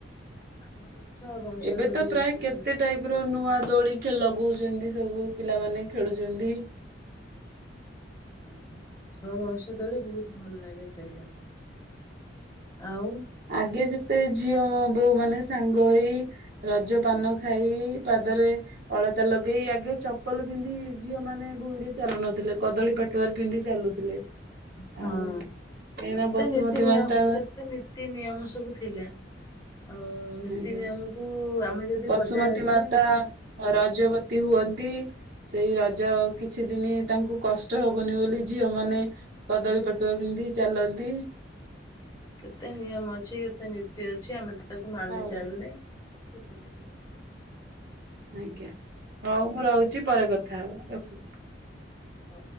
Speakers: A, on the left; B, on the right.
A: ଆମର ଛଅ ବାଉଁଶିଆ
B: ଏବେ
A: ଦୋଳି
B: ତ ପ୍ରାୟ
A: ଅଛି।
B: କେତେ ନୂଆ ଦୋଳି ଲଗଉଛନ୍ତି ସବୁ ପିଲାମାନେ ଖେଳୁଛନ୍ତି।
A: ଓ ଛଅ ବାଉଁଶିଆ ଦୋଳି ବହୁତ ଭଲ ଲାଗେ ଖେଳିବା ପାଇଁ। ଆଉ
B: ଆଗେ ଯେତେ ଝିଅ ବୋଉ ମାନେ ସାଙ୍ଗ ହେଇ ରଜ ପାନ ଖାଇ ପାଦରେ ଅଳତା ଲଗେଇ ଆଗେ ଚପଲ ପିନ୍ଧି ଝିଅ ମାନେ ଭୂଇଁରେ ଚାଲୁନଥିଲେ କଦଳୀ ପାଟ ପଟୁଆରେ ପିନ୍ଧି ଚାଲୁଥିଲେ।
A: ହଁ
B: ଆଉ କାହିଁକିନା
A: କେତେ
B: ବସୁମତୀ
A: ନି <unintelligible> ନ ନିୟମ
B: ମାତା ଆଜ୍ଞା।
A: କେତେ ନୀତି ନିୟମ ସବୁ ଥିଲା ଆଉ ନୀତି
B: ଆଜ୍ଞା।
A: ନିୟମ ଆମର ଯ ଯଦି
B: ବସୁମତୀ
A: ବଜାୟ ରଖିବା
B: ମାତା
A: ନୀତି
B: ରଜବତୀ ହୁଅନ୍ତି। ସେଇ ରଜ କିଛି ଦିନ ତାଙ୍କୁ କଷ୍ଟ ହବନି ବୋଲି ଝିଅ ମାନେ କଦଳୀ ପଟୁଆ ପିନ୍ଧି ଚାଲନ୍ତି।
A: କେତେ ନିୟମ ଅଛି, କେତେ ନୀତି ଅଛି, ଆମେ ତାକୁ ମାନି
B: ଆଉ
A: ଚାଲିଲେ ଖୁସି ଲାଗିବ।
B: ଆଜ୍ଞା, ହଉ ମୁଁ ରହୁଚି, ପରେ କଥା ହବା ରଖୁଚି।
A: ଓ